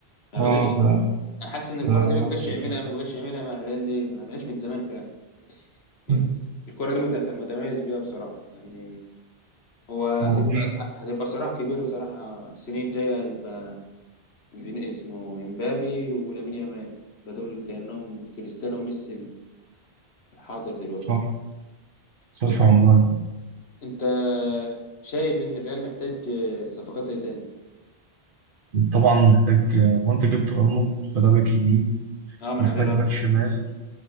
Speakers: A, on the left (about 80°); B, on the right (about 60°).
A: ما
B: اه
A: بجاش
B: ده
A: انا حاسس ان الكره
B: ده
A: دي
B: علامة
A: ما بقاش
B: مسجلة
A: يعملها ما بقاش يعملها مع الريال ليه ما عملهاش من زمان فعلا يعني
B: مم.
A: الكره دي مت- كان متميز بيها بصراحه يعني هو هتبقى
B: هو رهيب
A: هتبقى صراع كبير بصراحه السنين الجايه هيبقى بين اسمه امبابي ولامين يامال يبقى دول كانهم كريستيانو وميسي الحاضر دلوقتي
B: صح صح
A: بس
B: والله
A: انت شايف ان الريال محتاج صفقات ايه تاني
B: طبعا محتاج هو انت جبت ارنولد فده باك يمين
A: اه من
B: محتاج
A: غير
B: باك
A: ارنولد
B: شمال